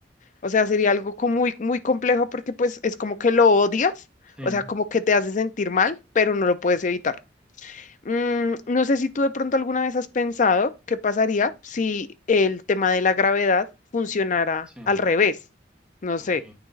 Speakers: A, on the left; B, in the centre.
A: O sea, sería algo como muy, muy complejo porque pues es como que lo odias,
B: Sí,
A: o sea, como que te hace sentir mal, pero no lo puedes evitar. Mm, no sé si tú de pronto alguna vez has pensado qué pasaría si el tema de la gravedad funcionara
B: sí,
A: al revés, no sé,
B: ok,